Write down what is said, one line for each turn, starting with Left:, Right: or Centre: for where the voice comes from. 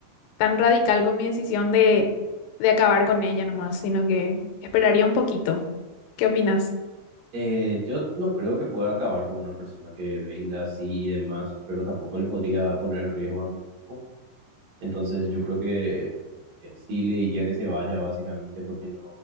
Left: tan radical con mi decisión de de acabar con ella nomás, sino que esperaría un poquito. ¿Qué opinas?
Right: Eh, yo no creo que pueda acabar con una persona que venga así y demás, pero tampoco le podría poner en riesgo a mi grupo. Entonces yo creo que eh, sí le diría que se vaya básicamente porque no